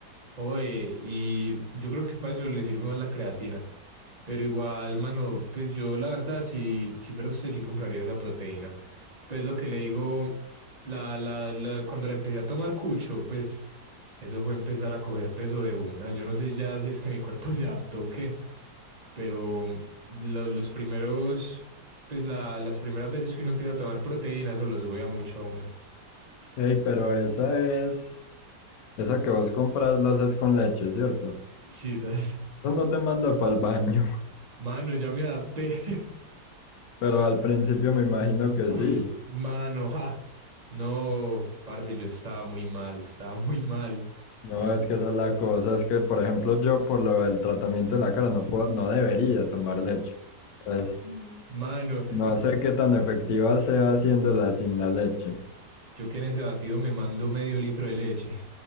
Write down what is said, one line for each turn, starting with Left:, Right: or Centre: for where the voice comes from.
Right: Oye, y yo creo que para eso le sirve más la creatina. Pero igual, mano, pues yo la verdad, si, si fuera usted, sí compraría esa proteína. Pues lo que le digo, la, la, la- cuando la empecé a tomar cucho, pues eso fue empezar a coger peso de una. Yo no sé ya si es que mi cuerpo <laughs> se adaptó o qué, pero lo- los primeros, pues la, las primeras veces que uno empieza a tomar proteína, eso lo sube a mucho a uno.
Left: Ey, pero esa es, esa que vos compras la haces con leche, ¿cierto?
Right: <laughs> Sí, ¿sabes?
Left: Eso no te manda para el baño,
Right: Mano, ya me adapté. <laughs>
Left: <laughs> pero al principio me imagino que
Right: Uf,
Left: sí.
Right: mano, <laughs> ja. No, parce, yo estaba muy mal, estaba muy mal.
Left: No,
Right: Yo,
Left: es que esa es la cosa, es que por ejemplo yo por lo del tratamiento de la cara no puedo, no debería tomar leche. Entonces,
Right: Mm. mano,
Left: no sé qué tan efectiva sea haciéndola sin la leche.
Right: yo que en ese batido me mando medio litro de leche.